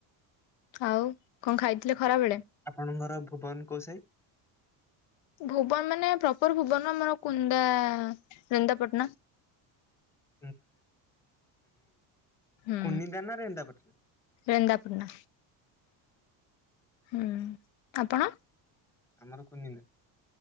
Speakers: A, on the left; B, in the centre.
A: ଆଉ କଣ ଖାଇଥିଲେ ଖରାବେେଳେ
B: ଆପଣଙ୍କର ଭୁବନ କୋଉ ସାହିଡ଼?
A: ଭୁବନ ମାନେ ପ୍ରପର ଭୁବନ ଆମର କୁନ୍ଦା ନିନ୍ଦାପାଟଣା।
B: <inaudible>
A: ହୁଁ।
B: କୁଡି ଦ ନା ର ଏନ୍ଦା ପାଟଣା <unintelligible> <inaudible>
A: ରେନ୍ଦାପାଟଣା ହୁଁ ଆପଣ
B: ଆମର କନିନା